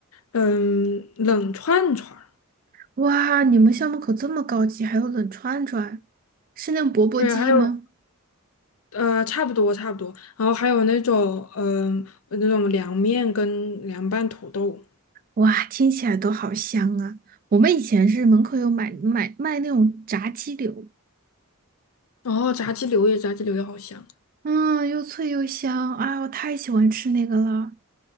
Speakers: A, on the left (about 80°); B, on the right (about 40°).
A: 嗯，冷串串儿。
B: 哇，你们校门口这么高级，还有冷串串，是那种钵钵鸡吗？
A: 对，还有呃，差不多差不多，然后还有那种，嗯，那种凉面跟凉拌土豆，
B: 哇，听起来都好香啊！我们以前是门口有买买卖那种炸鸡柳，
A: 然后炸鸡柳也，炸鸡柳也好香。
B: 嗯，又脆又香，啊，我太喜欢吃那个了。